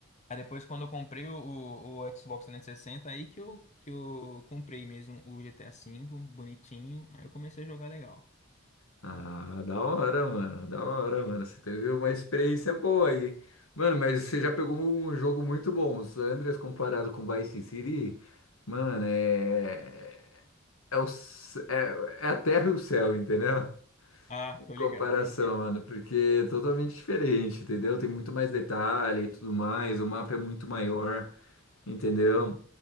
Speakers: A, on the left (about 35°); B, on the left (about 80°).
A: aí depois, quando eu comprei o, o, o Xbox trezentos e sessenta aí que eu, que eu comprei mesmo o GTA V, bonitinho. Aí eu comecei a jogar legal.
B: Ah, da hora, mano. Da hora, mano. Você teve uma experiência boa aí. Mano, mas você já pegou um jogo muito bom. O San Andreas comparado com Vice City, mano, é. É, o... c- é... é a terra e o céu, entendeu?
A: Ah,
B: Em
A: tô
B: comparação,
A: ligado. eu entendi.
B: mano. Porque é totalmente diferente, entendeu? Tem muito mais detalhe e tudo mais. O mapa é muito maior, entendeu?